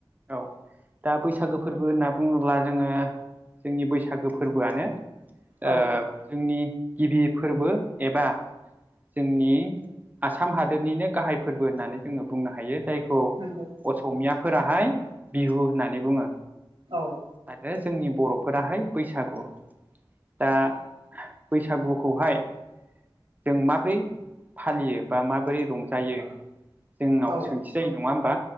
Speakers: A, on the right (about 20°); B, on the right (about 80°).
A: औ दा बैसागो फोरबो होनना बुङोब्ला जोङो जोंनि बैसागो फोरबोआनो ओ
B: औ
A: जोंनि गिबि फोरबो एबा जोंनि आसाम हादोरनिनो गाहाय फोरबो होननानै जोङो बुंनो हायो। जायखौ
B: नंगौ
A: असमियाफोराहाय बिहु होननानै बुङो।
B: औ
A: आरो जोंनि बर'फोराहाय बैसागु दा बैसागु खौहाय जों माबोरै फालियो बा माबोरै रंजायो जोंनाव
B: औ
A: सोंथि जायो नङा होमबा?